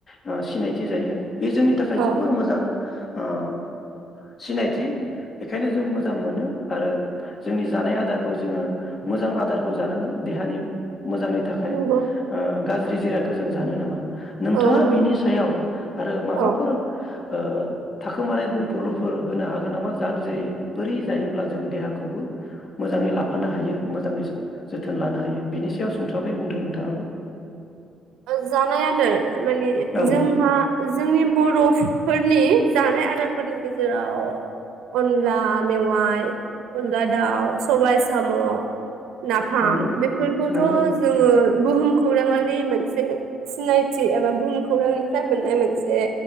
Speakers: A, on the left (about 40°); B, on the right (about 85°).
A: सिनायथि जायो बे जोंनि थाखाय
B: औ
A: जोबोर मोजां ओ सिनायथि बेखायनो जों मोजां मोनो आरो जोंनि जानाय आदारखौ जोङो मोजां आदारखौ जानांगो देहानि मोजांनि थाखाय
B: नंगौ
A: ओ गाज्रि जिरादखौ जों जानो नाङा नोंथाङा
B: औ नंगौ
A: बिनि सायाव आरो माबाफोर
B: औ
A: ओ थाखोमानाय बुंफोरलुफोर होनो हागोन नामा जा जेरै बोरै जायोब्ला जों देहाखौबो मोजाङै लाफानो हायो मोजाङै जोथोन लानो हायो बिनि सायाव सुंसाबै बुंदो नोंथाङाबो
B: ओस जानाय आदार माने
A: औ
B: जोंहा जोंनि बर' फ फोरनि जानाय आदारफोरनि गेजेराव अनला मेवाइ अनला दाउ सबाय साम नाफाम
A: नंगौ
B: बेफोरखौथ
A: नंगौ
B: जोङो, बुहुम खौराङारि मोनस बे सिनायथि एबा बुहुम खौरांनिफ्राय मोननाय मोनसे